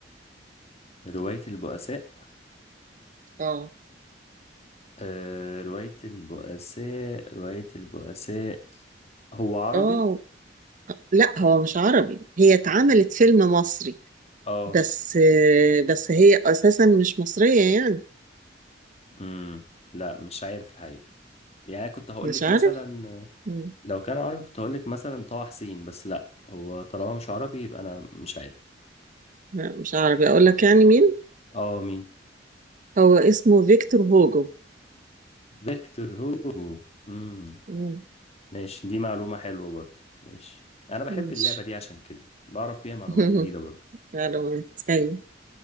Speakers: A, on the left (about 35°); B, on the right (about 45°).
A: رواية البؤساء
B: اه
A: آه رواية البؤساء رواية البؤساء هو عربي
B: اه لا هو مش عربي هي اتعملت فيلم مصري
A: اه
B: بس بس هي أساسا مش مصرية يعني
A: امم لا مش عارف الحقيقة يعني أنا كنت هقولك
B: مش عارف
A: مثلا آه،
B: مم.
A: لو كان عربي كنت هقولك مثلا طه حسين بس لا هو طالما مش عربي يبقى أنا مش عارف
B: لا مش عربي أقول لك يعني مين؟
A: اه مين
B: هو اسمه فيكتور هوجو
A: فيكتور هوجو امم
B: مم.
A: ماشي دي معلومة حلوة برضه ماشي أنا بحب
B: ماشي
A: اللعبة دي عشان كده بعرف بيها معلومات
B: <laughs>
A: جديدة برضه
B: معلومات أيوه